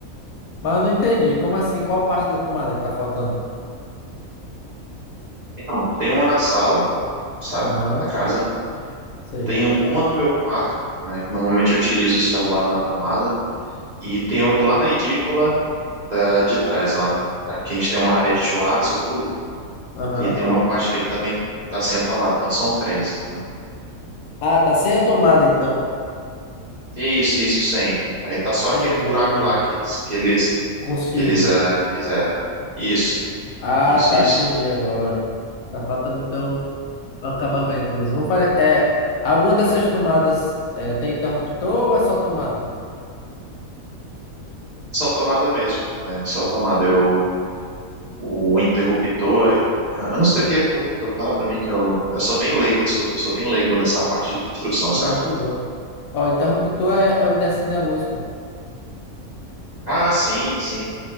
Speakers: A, on the left (about 80°); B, on the right (about 45°).
A: Mas eu não entendi. Como assim? Qual parte da tomada que tá faltando?
B: Então, tem uma na sala, sabe?
A: Aham,
B: Na casa.
A: sei.
B: Tenho uma no meu quarto, né, que normalmente eu utilizo o celular na tomada, e tem outra lá na edícula da, de trás, lá, na- que a gente tem uma área de churrasco e tudo,
A: Aham.
B: e tem uma parte ali que também tá sem a tomada, então são três, né?
A: Ah, tá sem a tomada então.
B: Isso, isso, sem. Aí tá só aquele
A: Entendi.
B: buraco lá que eles, que eles,
A: Com os
B: que
A: fios.
B: eles eh, fizeram. Isso,
A: Ah,
B: isso,
A: tá,
B: isso.
A: entendi agora. Tá faltando então o acabamento mesmo. Vamos fazer. É, alguma dessas tomadas é, tem interruptor ou é só tomada?
B: Só tomada mesmo, né? Só tomada. Eu, o interruptor, eu não sei o que é interruptor, fala pra mim que eu, eu sou bem leigo, desculpa, eu sou bem leigo nessa parte de construção,
A: Não,
B: sabe?
A: de boa. Ó, o interruptor é, é o de acender a luz, pô.
B: Ah, sim, sim.